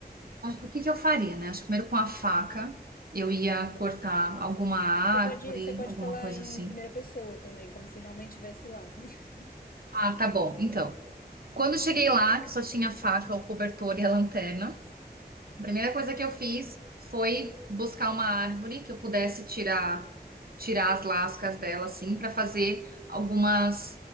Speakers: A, on the right; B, on the left.
A: O que que eu faria, né? Acho que primeiro com a faca eu ia cortar alguma árvore,
B: Você pode, você pode
A: alguma
B: falar
A: coisa
B: em
A: assim.
B: primeira pessoa também, como se realmente estivesse lá. <laughs>
A: Ah, tá bom. Então, quando eu cheguei lá, que só tinha a faca, o cobertor e a lanterna, a primeira coisa que eu fiz foi buscar uma árvore que eu pudesse tirar tirar as lascas dela assim para fazer algumas